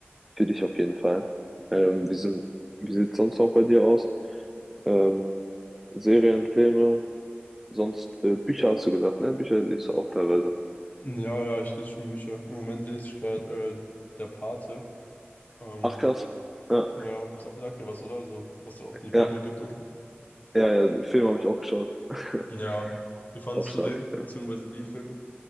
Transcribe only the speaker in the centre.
für dich auf jeden Fall. Ähm, wie sind, wie sieht's sonst auch bei dir aus? Ähm, Serien, Filme, sonst äh, Bücher hast du gesagt, ne? Bücher liest du auch teilweise.
Ach krass. Ja,
ja,
ja, ja, Filme habe ich auch geschaut. <laughs>
Auch stark.